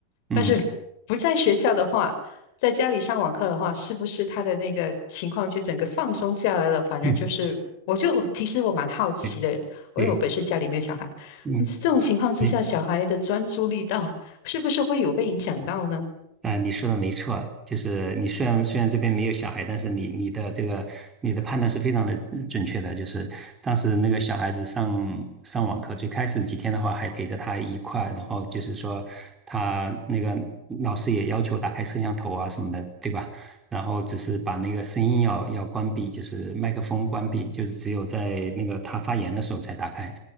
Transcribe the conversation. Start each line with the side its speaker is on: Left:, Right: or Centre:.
Right: 嗯
Left: 但是不在学校的话，在家里上网课的话，是不是他的那个情况就整个放松下来了？反而就是，
Right: <laughs>
Left: 我就其实我蛮好奇的，
Right: 对
Left: 因为我本身家里没有小孩。
Right: 对，嗯，
Left: 这种情况之下，
Right: 对。
Left: 小孩的专注力到是不是会有被影响到呢？
Right: 啊、你说的没错，就是你虽然虽然这边没有小孩，但是你你的这个你的判断是非常的准确的。就是当时那个小孩子上上网课，最开始几天的话还陪着他一块儿，然后就是说他那个老师也要求打开摄像头啊什么的，对吧？然后只是把那个声音要要关闭，就是麦克风关闭，就是只有在那个他发言的时候才打开。